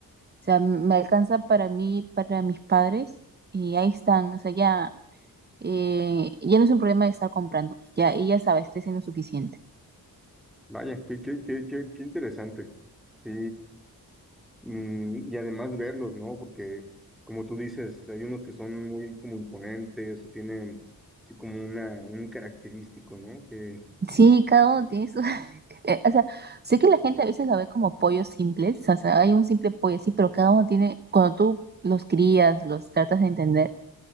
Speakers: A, on the right; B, in the centre.
A: sea, m- me alcanza para mí, para mis padres, y ahí están, o sea, ya, eh, ya no es un problema de estar comprando, pues ya ellas saben abastecen lo suficiente.
B: Vaya, qué, qué, qué, qué, qué interesante. Sí, Mm, y además verlos, ¿no? Porque, como tú dices, hay unos que son muy como imponentes o tienen así como una, un característico, ¿no? Que
A: Sí, cada uno tiene su... <laughs> eh, O sea, sé que la gente a veces lo ve como pollos simples, o sea, hay un simple pollo así, pero cada uno tiene, cuando tú los crías, los tratas de entender,